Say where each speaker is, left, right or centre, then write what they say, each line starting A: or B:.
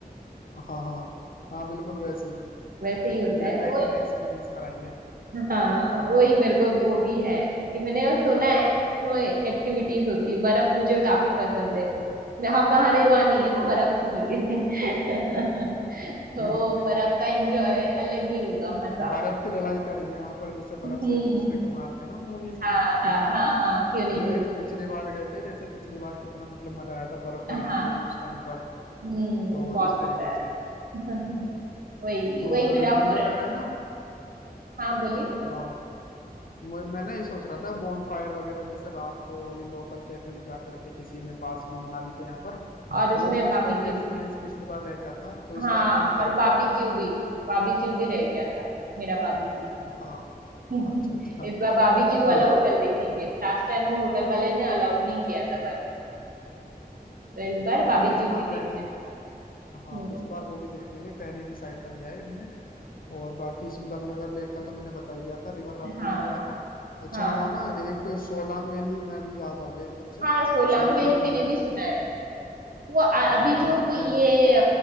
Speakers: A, on the left; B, on the right.
A: हाँ हाँ हाँ हाँ बिल्कुल वैसे ही
B: वैसे ही होता
A: रियल
B: है
A: लाइफ
B: वो ही
A: में एक्सपीरियंस कराएंगे
B: हाँ वही मेरे को वो भी है कि मैंने सुना है स्नो एक्टिविटीज होती है बर्फ मुझे काफी पसंद है मैं- हाँ हमारे वहाँ नहीं है ना बर्फ की <laughs> तो
A: <laughs>
B: बर्फ का एंजॉय अलग ही होगा मजा
A: बर्फ की लड़ाई करेंगे वहां पर जैसे
B: हम्म
A: बर्फ से एक दूसरे को मारते हैं ना मूवीज में
B: हाँ
A: <laughs>
B: हाँ हाँ हाँ क्यों नहीं
A: मैं
B: क्यों नहीं
A: पिछली
B: क्यों
A: बार गए थे जैसे पिछली बार कितना मतलब मजा आया था बर्फ पड़
B: नहीं
A: रही
B: हाँ
A: थी उस टाइम पर
B: हम्म
A: तो
B: बहुत
A: इस तरीके
B: मजा आया
A: से
B: था <laughs> वही
A: और
B: वही मेरा
A: मुझे
B: वो
A: लग रहा है ना
B: हाँ बोलिए
A: हाँ मैं मैं ना ये सोच रहा था बॉन फायर वगैरह जैसे रात को ये लोकल कैफे में जाकर के किसी में पास में मनाली के यहाँ पर
B: और उसमें
A: वो
B: बाबीक्यू
A: उसका भी एक्सपीरियंस पिछली बार रह गया था तो इस
B: हाँ
A: बार वो भी करेंगे
B: और बाबीक्यू भी बाबीक्यू भी रह गया था मेरा बाबीक्यू
A: हाँ
B: <laughs>
A: अच्छा अच्छा
B: इस बार बाबीक्यू वाला
A: ठीक
B: होटल देखेंगे लास्ट टाइम वो होटल वाले ने अलाउड नहीं किया था बाबी तो इस बार
A: हाँ
B: बाबीक्यू
A: नहीं इस
B: भी
A: बार
B: देखते
A: पहले ही
B: हैं
A: हाँ
B: हम्म।
A: इस बार वो भी देख लेंगे पहले ही डिसाइड कर लिया है हमने और बाकी सुंदरनगर लेक का तो मैंने बता ही दिया था रिवर राफ्टिंग
B: हाँ
A: वगैरह का अच्छा
B: हाँ
A: हुआ ना एक सोलांग वैली मैं भी याद आ गया एकदम से
B: हाँ सोलांग
A: सोलांग
B: वैली
A: वैली
B: मैंने
A: है
B: भी सुना है वो अ- अभी
A: हाँ
B: जो
A: वहाँ पर
B: ये
A: पैर